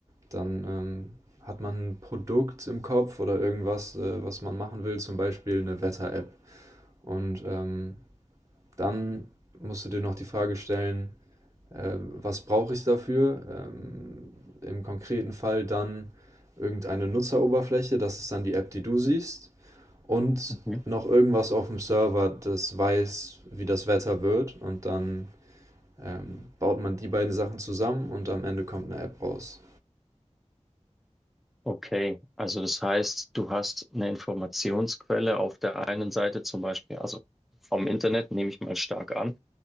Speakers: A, on the right; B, in the centre.
A: Dann ähm, hat man ein Produkt im Kopf oder irgendwas, äh, was man machen will, zum Beispiel eine Wetter-App. Und ähm, dann musst du dir noch die Frage stellen, ähm, was brauche ich dafür? Ähm, Im konkreten Fall dann irgendeine Nutzeroberfläche, das ist dann die App, die du siehst, und
B: Mhm.
A: noch irgendwas auf dem Server, das weiß, wie das Wetter wird, und dann ähm, baut man die beiden Sachen zusammen und am Ende kommt eine App raus.
B: Okay, also das heißt, du hast eine Informationsquelle auf der einen Seite zum Beispiel, also vom Internet nehme ich mal stark an.